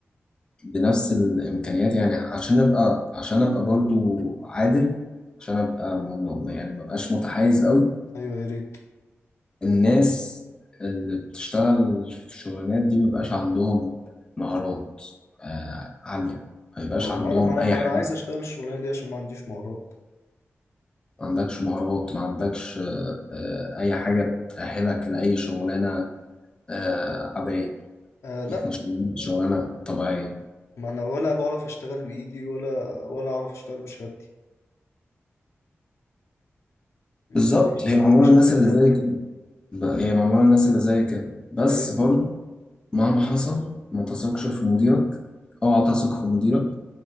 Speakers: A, on the left; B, on the left.
A: بنفس الامكانيات يعني عشان ابقى عشان ابقى برضو عادل عشان ابقى ما ما- ما- يعني ما بقاش متحيز قوي
B: أيوه يا ريت
A: الناس اللي بتشتغل في الشغلانات دي ما بيبقاش عندهم مهارات آه، عالية ما يبقاش
B: طب
A: عندهم
B: ما أنا ما أنا
A: أي
B: ما
A: حاجة
B: أنا عايز أشتغل الشغلانة دي عشان ما عنديش مهارات
A: ما عندكش مهارات ما عندكش آه، آه، أي حاجة تأهلك لأي شغلانة آه، عادية
B: آه لا
A: يعني شغلانة شغلانة طبيعية
B: ما أنا ولا بعرف أشتغل بإيدي ولا ولا أعرف أشتغل بشهادتي
A: بالظبط
B: مفيش
A: هي معمولة
B: مفيش
A: للناس
B: طريقة
A: اللي
B: تالتة
A: زي كده ب- هي معمولة للناس اللي زي كده بس
B: أيوه
A: برضو مهما حصل ما تثقش في مديرك اوعى تثق في مديرك